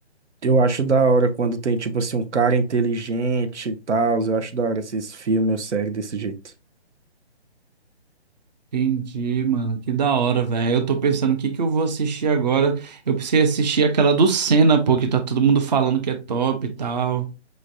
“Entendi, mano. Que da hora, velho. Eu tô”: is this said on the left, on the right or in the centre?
Right